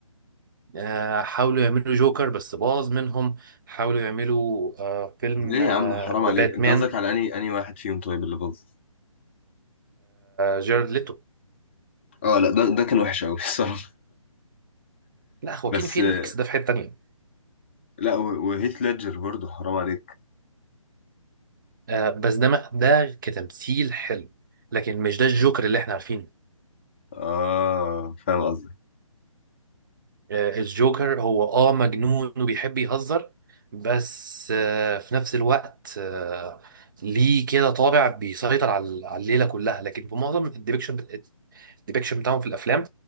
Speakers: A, on the right; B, on the left.
A: آه، حاولوا يعملوا جوكر بس باظ منهم حاولوا يعملوا آه، فيلم
B: ليه يا عم حرام عليك
A: ذا باتمان
B: انت قصدك على اني اني واحد فيهم طيب اللي باظ
A: جيرارد ليتو
B: اه لا ده ده كان وحش قوي <laughs> الصراحة
A: لا خواكين
B: بس
A: فينيكس
B: آه،
A: ده في حته تانيه
B: لا و- وهيث ليدجر برضه حرام عليك
A: آه، بس ده ما- ده كتمثيل حلو لكن مش ده الجوكر اللي احنا عارفينه
B: اه فاهم قصدك
A: آه، الجوكر هو اه مجنون وبيحب يهزر بس آه، في نفس الوقت آه، ليه كده طابع بيسيطر على على الليله كلها لكن في معظم الديبكشن الديبكشن بتاعهم في الافلام